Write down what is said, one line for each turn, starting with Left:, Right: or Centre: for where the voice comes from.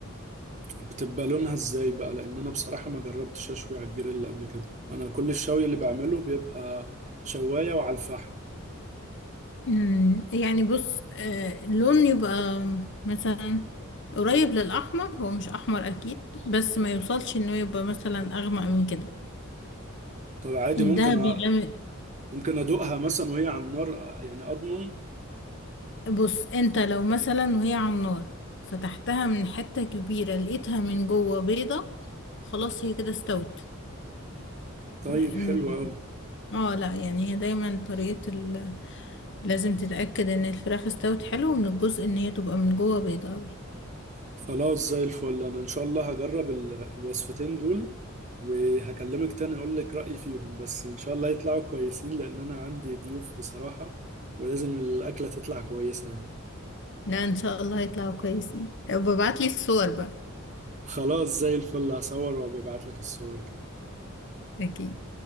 Right: بتبقى لونها ازاي بقى لان انا بصراحة ما جربتش اشوي على الجريل قبل كده انا كل الشوي اللي بعمله بيبقى شواية وعلى الفحم
Left: أمم، يعني بص آه لون يبقى مثلا قريب للاحمر هو مش احمر اكيد بس ما يوصلش انه يبقى مثلا اغمق من كده
Right: طب عادي
Left: يعني
Right: ممكن
Left: ده بيغمق
Right: أ... ممكن ادوقها مثلا وهي على النار آه، يعني اضمن
Left: بص انت لو مثلا وهي على النار فتحتها من حتة كبيرة لقيتها من جوه بيضة خلاص هي كده استوت
Right: طيب
Left: لأن-
Right: حلو قوي
Left: اه لا يعني هي دايما طريقة ال... لازم تتأكد ان الفراخ استوت حلو من الجزء ان هي تبقى من جوه بيضة اوي
Right: خلاص زي الفل انا ان شاء الله هجرب ال- الوصفتين دول وهكلمك تاني اقول لك رأيي فيهم بس ان شاء الله يطلعوا كويسين لان انا عندي ضيوف بصراحة ولازم الاكلة تطلع كويسة يعني
Left: لا ان شاء الله هيطلعوا كويسين ببعتلي الصور بقى
Right: خلاص زي الفل هصور وابعت لك الصور كده
Left: اكيد